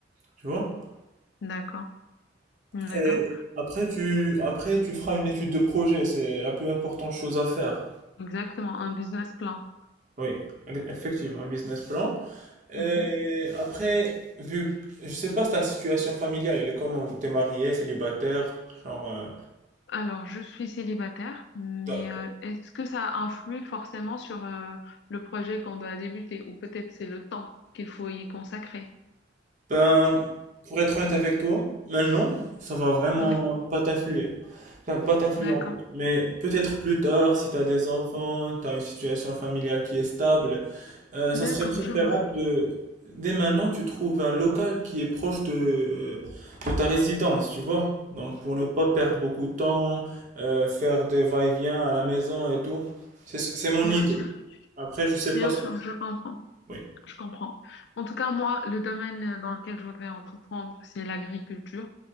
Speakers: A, on the right (about 40°); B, on the left (about 60°).
A: Tu vois?
B: d'accord. D'accord.
A: Et après, tu, après, tu feras une étude de projet. C'est la plus importante chose à faire.
B: Exactement. Un business plan.
A: Oui, e- effectivement, un business plan. Et
B: Mhm.
A: après, vu, je sais pas si ta situation familiale, elle est comment? T'es marié, célibataire, genre. euh,
B: Alors, je suis célibataire, mais
A: D'accord.
B: euh, est-ce que ça influe forcément sur euh, le projet qu'on doit débuter ou peut-être c'est le temps qu'il faut y consacrer?
A: Ben, pour être honnête avec toi, maintenant, ça va vraiment
B: Oui,
A: pas t'influer. Enfin, pas t'influencer.
B: d'accord.
A: Mais peut-être plus tard, si tu as des enfants, tu as une situation familiale qui est stable, euh,
B: D'accord,
A: ça serait préférable
B: je vois.
A: de... Dès maintenant, tu trouves un local qui est proche de, de ta résidence, tu vois. Donc, pour ne pas perdre beaucoup de temps, euh, faire des va-et-vient à la maison et tout. C'est c'est mon
B: Bien
A: idée.
B: sûr.
A: Après, je sais pas
B: Bien
A: ce
B: sûr,
A: que...
B: je comprends.
A: Oui.
B: Je comprends. En tout cas, moi, le domaine dans lequel je voudrais entreprendre, c'est l'agriculture.